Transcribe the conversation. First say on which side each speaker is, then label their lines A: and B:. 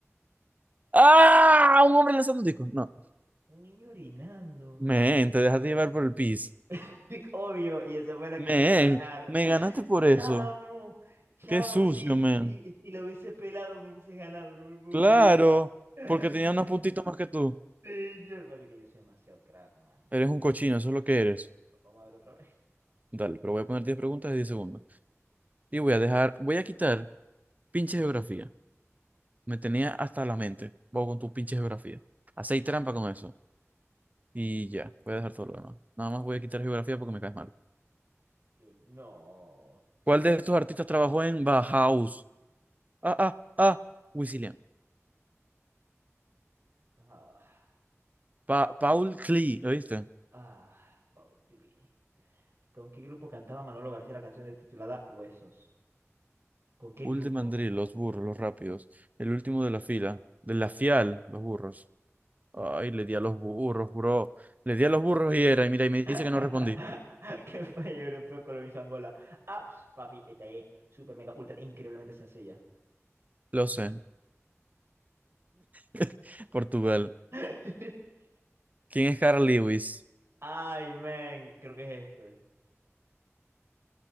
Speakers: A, on the right; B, on the right.
A: ¡Ah! Un hombre lanzando un disco. No.
B: Un niño orinando.
A: Men, te dejaste llevar por el pis.
B: <laughs> Obvio, y esa fue la
A: Men,
B: que me hizo ganar.
A: me ganaste por eso.
B: Chamo, chamo,
A: Qué sucio,
B: sí,
A: men.
B: sí, si lo hubiese pelado me hubiese ganado, no me lo puedo
A: Claro,
B: creer. <laughs> Señor,
A: porque tenía unos puntitos más que tú.
B: papi, que yo soy demasiado crack, man.
A: Eres un cochino, eso es lo que eres.
B: Vamos a ver otra vez. <laughs>
A: Dale, pero voy a poner 10 preguntas de 10 segundos. Y voy a dejar, voy a quitar pinche geografía. Me tenía hasta la mente. Vos con tu pinche geografía. Hacéis trampa con eso. Y ya, voy a dejar todo lo demás. Nada más voy a quitar geografía porque me caes mal.
B: Yo, no.
A: ¿Cuál de estos artistas trabajó en Bauhaus? ah, ah, ah. Wisilian.
B: Ah,
A: Pa Paul Klee, ¿oíste?
B: ah, Paul Klee. ¿Con qué grupo cantaba Manolo García la canción de- titulada Huesos? ¿Con qué
A: Paul
B: grupo?
A: de Mandril, los burros, los rápidos. El último de la fila. De la fial, los burros. Ay, le di a los burros, bro. Le di a los burros y era. Y mira, y me
B: <laughs>
A: dice que no respondí.
B: ¿Qué país europeo colonizó Angola? Aps, papi, esta es super mega ultra increíblemente sencilla.
A: Lo sé. <laughs> Portugal.
B: <laughs>
A: ¿Quién es Carl Lewis?
B: Ay, men, creo que es esto.